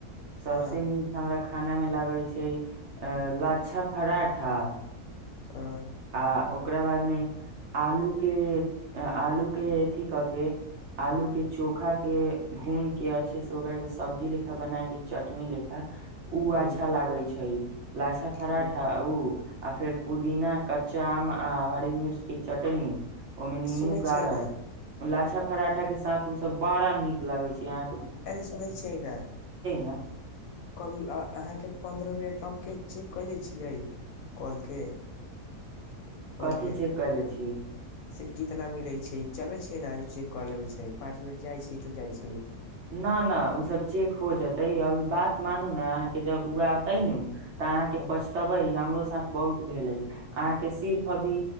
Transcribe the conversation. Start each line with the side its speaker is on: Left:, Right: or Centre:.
Right: सबस
Left: हँ
Right: नीक हमरा। खाना में लागै छै अ ला। अच्छा परराठा।
Left: हँ
Right: आ ओ। ओकरा बाद मे आलू के आलू के अथी कऽ के आलू के चोखा के भून के अच्छे से ओकरा के सब्जी लेखा बना के चटनी लेखा। ओ
Left: हूँ
Right: अच्छा लागे छै। लाछा फराठ
Left: हूँ
Right: आउ। आर फेर पुदीना। कच्चा आम आ हरी मिर्च के चटनी। ओहिमे नीबू
Left: सुनै
Right: गड़ल।
Left: छियै ने
Right: लाछा पराठा के साथ सब बड़ा नीक लगे छै यहां।
Left: अरे सुनेै छियै ने
Right: न
Left: कभी अहाँके पन्द्र मिनट र। अ के चेक क ले छियै कॉल के। फोन
Right: कथी
Left: के
Right: चेक कयले छी।
Left: से कितना मिलै छै चले छै ने चेक कऽ लेबे छै पाँच मिनट जाइ छै तऽ जाइ छै।
Right: न नहि ओसभ चेक हो जेतै अभी बात मानू ने अहाँके जब उग तै न। तऽ अहाँ के
Left: ह
Right: पछतेबै हमरो साथ बहुत। भेलै अहाँके सिर्फ अभी